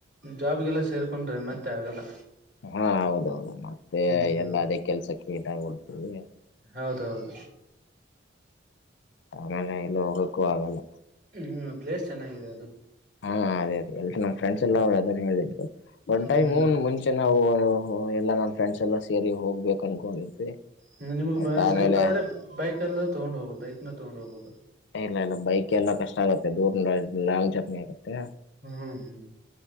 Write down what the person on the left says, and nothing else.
ಹಾ ಹೌದೌದು ಮತ್ತೆ
ಎಲ್ಲ ಅದೇ ಕೆಲ್ಸಕ್ಕೆ ಟಾಗಿಬಡ್ತವಿ
ಹಾಗಾನ ಇಲ್ಲ ಹೋಗಕ್ಕೂ ಆಗಲ್ಲ
ಹಾ ಅದೇ ಅದೇ ಎಲ್ ನಮ್ ಫ್ರೆಂಡ್ಸ್ ಎಲ್ಲ ಅವರು ಅದನ್ನೇ ಹೇಳಿದ್ ಒನ್ ಟೈಮ್
ಮುಂಚೆ ನಾವು ಹ ಎಲ್ಲ ನಾನ್ ಫ್ರೆಂಡ್ಸ್ ಎಲ್ಲಾ ಸೇರಿ ಹೋಗ್ಬೇಕು ಅನ್ಕೊಂಡಿದ್ವಿ
ಮತ್ತ ಆಮೇಲೆ
ಇಲ್ಲ ಇಲ್ಲ ಬೈಕ್ ಎಲ್ಲಾ ಕಷ್ಟ ಆಗುತ್ತೆ ದೂರ್ ಲಾಂಗ್ ಜರ್ನಿ ಆಗತ್ತೆ